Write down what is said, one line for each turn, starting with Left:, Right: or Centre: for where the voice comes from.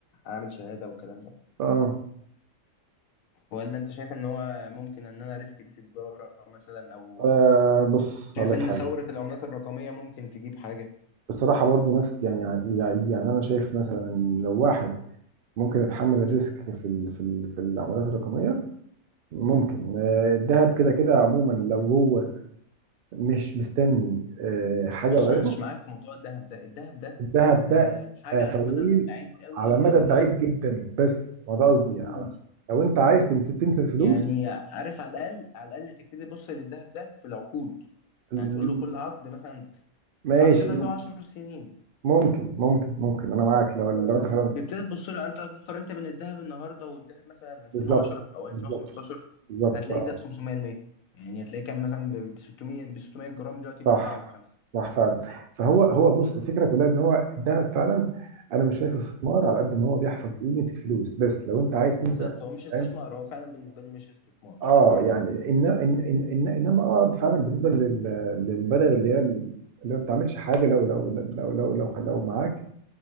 Left: اعمل شهاده والكلام ده
Right: اه
Left: ولا انت شايف ان هو ممكن ان انا ريسك دي في تجاره مثلا او
Right: آه، بص
Left: شايف
Right: هقول لك
Left: ان
Right: حاجه
Left: ثوره العملات الرقميه ممكن تجيب حاجه
Right: بصراحه برضو نفس يعني يعني يعني انا شايف مثلا إن لو واحد ممكن يتحمل الريسك في ال في ال في العملات الرقميه ممكن آه، الذهب كده كده عموما لو هو مش مستني آه، حاجه
Left: بص
Right: قريبه
Left: انا مش معاك في موضوع الذهب ده الذهب ده
Right: الذهب ده
Left: آه، حاجه
Right: آه، طويل
Left: على المدى البعيد قوي
Right: على مدى
Left: قوي
Right: بعيد جدا بس ما ده قصدي
Left: قوي
Right: على لو انت عايز تنسى تنسى الفلوس
Left: يعني عارف على الاقل على الاقل تبتدي تبص للذهب ده في العقود
Right: ال-
Left: يعني تقول له كل عقد مثلا
Right: ماشي
Left: عقد ده
Right: ممكن
Left: اللي هو 10 سنين
Right: ممكن ممكن ممكن انا معاك لو لو
Left: آه،
Right: انت فعلا
Left: بتبتدي تبص له يعني انت لو جيت قارنت بين الذهب النهارده والذهب مثلا 2010
Right: بالظبط
Left: او
Right: بالظبط
Left: 2015
Right: بالظبط
Left: هتلاقي
Right: اه
Left: زاد 500% يعني هتلاقي كان مثلا ب 600 ب 600 جرام دلوقتي
Right: صح
Left: ب 4 وب 5
Right: صح فعلا فهو هو
Left: فاهم
Right: بص الفكره كلها ان هو الذهب فعلا انا مش شايف استثمار على قد ما هو بيحفظ قيمه الفلوس بس لو انت عايز تنسى
Left: بالظبط هو مش استثمار
Right: فاهم
Left: هو فعلا بالنسبه لي مش استثمار
Right: اه
Left: فعلا
Right: يعني إن إن إن إن إنما اه فعلا بالنسبة لل- للمبالغ اللي هي اللي ما بتعملش حاجة لو لو لو لو لو, لو معاك